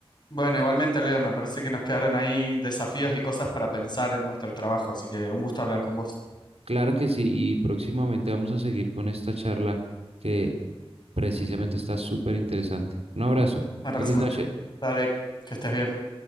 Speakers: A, on the left (about 45°); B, on the right (about 80°).
A: Bueno, igualmente, Leo, me parece que nos quedaron ahí desafíos y cosas para pensar en nuestro trabajo, así que un gusto hablar con vos.
B: Claro que sí, y próximamente vamos a seguir con esta charla que precisamente está súper interesante. Un abrazo,
A: Me parece
B: feliz
A: muy
B: noche.
A: Dale, que estés bien.